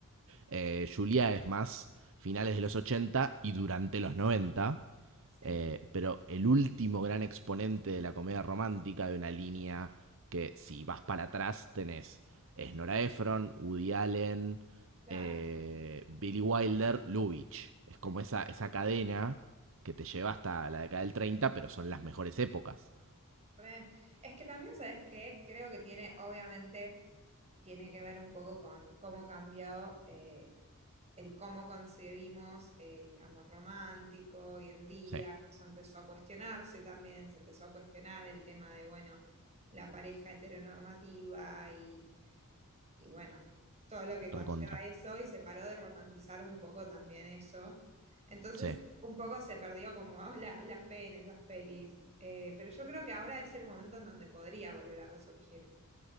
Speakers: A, on the right; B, on the right.
A: Eh, Julia es más finales de los 80 y durante los noventa
B: Sí,
A: eh, pero el último gran exponente de la comedia romántica de una línea que si vas para atrás tenés es Nora Ephron, Woody Allen,
B: claro,
A: eh,
B: sí, sí.
A: Billy Wilder, Lubitsch. Es como esa, esa cadena que te lleva hasta la década del treinta pero son las mejores épocas.
B: Re. Es que también, ¿sabes qué? Creo que tiene, obviamente, tiene que ver un poco con cómo ha cambiado eh, el cómo concebimos el amor romántico hoy en día.
A: Sí,
B: Eso empezó a cuestionarse también, se empezó a cuestionar el tema de, bueno, la pareja heteronormativa y, y bueno, todo lo que conlleva
A: recontra.
B: eso y se paró de romantizar un poco también eso. Entonces
A: Sí.
B: un poco se perdió como <laughs> la, la fe en esas pelis. Eh, pero yo creo que ahora es el momento en donde podría volver a resurgir.